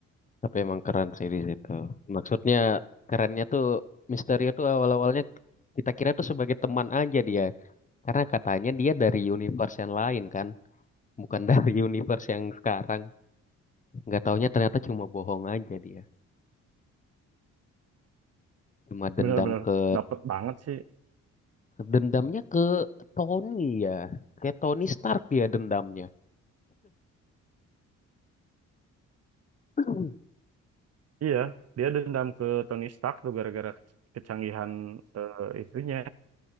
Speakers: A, on the left (about 25°); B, on the right (about 55°).
A: Tapi emang keren sih di situ. Maksudnya kerennya tuh Misterio tuh awal-awalnya kita kira tuh sebagai teman aja dia. Karena katanya dia dari universe yang lain kan. Bukan dari <laughs> universe yang sekarang. nggak taunya ternyata cuma bohong aja dia cuma dendam
B: Benar-benar
A: ke
B: dapet banget sih
A: dendamnya ke Tony ya ke Tony Stark ya dendamnya <clears throat>
B: Iya, dia dendam ke Tony Stark tuh gara-gara kecanggihan eh, itunya,